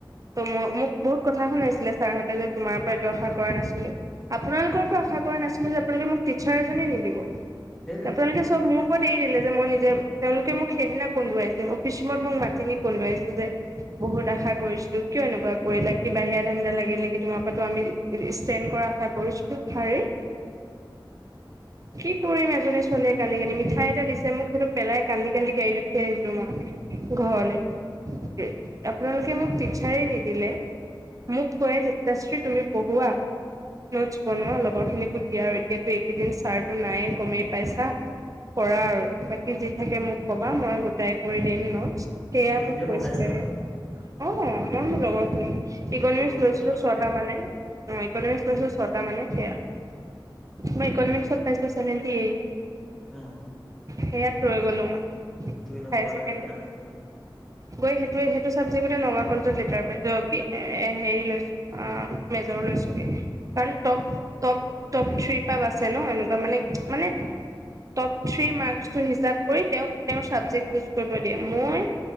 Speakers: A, on the right; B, in the centre.
A: তই মই মোক বহুত কথা শুনাইছ ছাৰহতে তোমাৰ পৰা এইটো কথা আশা কৰা নাছিলো, আপোনালোকৰ পৰা আশা কৰা নাছিলো যে আপোনালোকে মোক টিচাৰ এজনে নিদিব।
B: সেইটোৱেতো
A: আপোনালোকে চব মোৰ এৰি দিলে যে মই নিজে তেওঁলোকে মোক সেইদিনা কন্দুৱাইছিল অফিচ ৰুমত মোক মাতি নি কন্দুৱাইছে যে বহুত আশা কৰিছিলো কিয় এনেকুৱা কৰিলা কি বাহিৰা ধান কিবা লাগিল নেকি তোমাৰ পৰা তোমাৰ পৰাটো আমি ষ্টেণ্ড কৰা আশা কৰিছিলো হাৰে, কি কৰিম এজনি ছোৱালী কান্দি কান্দি মিঠাই এটা দিছে মোক সেইটো পেলাই কান্দি কান্দি গাড়ীত উঠি আহিছো মই ঘৰলে কি আপনালোকে মোক টিচাৰেই নিদিলে মোক থৈ যুক্তাশ্ৰী তুমি পঢ়োৱা, নোটচ বনোৱা লগৰ খিনিকো দিয়া আৰু এতিয়োতো এইকেইদিন ছাৰটো নায়েই গমেই পাইছা, কৰা আৰু বাকী যি থাকে মোক ক'বা মই গোটাই কৰি দিম ন সেয়া
B: তুমিয়ে
A: মোক কৈছিলে
B: পঢ়াইছিলা মানে
A: অ', মই মোৰ লগৰ
B: হা
A: খিনি ইকনমিক্স
B: এইটো বহুত
A: লৈছিলো
B: ভাল কথা
A: ছটা
B: দেই
A: মানে অ', ইকনমিক্স লৈছো ছটা মানে সেয়া
B: অ
A: মই ইকনমিক্সত পাইছিলো চেভেণ্টি এইট।
B: অ
A: সেইয়াত ৰৈ গ'লো মই,
B: দুই নম্বৰ
A: হায় ছেকেণ্ডী
B: এটা কাণত ৰাখি গলা
A: গৈ সেইটোৱে, সেইটো চাবজেক্ট কতে নগা <unintelligible> এ, এ হেৰি লৈছো আ, মেজৰ লৈছো কাৰণ টপ, টপ টপ থ্ৰ্ৰী পৰা বাছে ন এনেকুৱা মানে মানে টপ থ্ৰী মাৰ্কচটো হিচাপ কৰি তেওঁক তেওঁৰ ছাবজেক্ট চুজ কৰিব দিয়ে মই